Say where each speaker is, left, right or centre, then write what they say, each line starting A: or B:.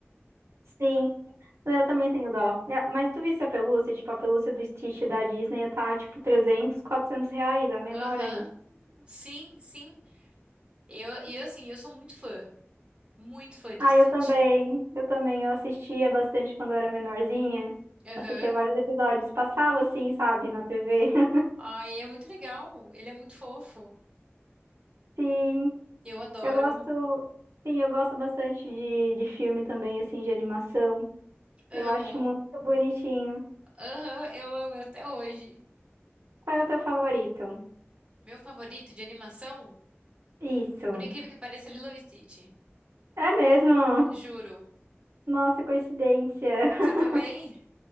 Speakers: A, on the right; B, on the right.
A: Sim, eu também tenho dó. É, Mas tu visse a pelúcia? Tipo, a pelúcia do Stitch da Disney tá, tipo, 300, 400 reais, a menor
B: Aham. Sim, sim. Eu, e eu, assim, eu sou muito fã. Muito fã de
A: Ah,
B: Stitch.
A: eu também. Eu também. Eu assistia bastante quando eu era menorzinha.
B: Aham.
A: Assistia vários episódios. Passava assim, sabe, na TV. <laughs>
B: Ai, é muito legal. Ele é muito fofo.
A: Sim,
B: Eu adoro.
A: eu gosto. Sim, eu gosto bastante de, de filme também, assim, de animação. Eu
B: Amo.
A: acho muito bonitinho.
B: Aham, eu amo até hoje.
A: Qual é o teu favorito?
B: Meu favorito de animação,
A: Isso.
B: por incrível que pareça, é Lilo e Stitch.
A: É mesmo?
B: Juro.
A: Nossa, coincidência. <laughs>
B: Você também?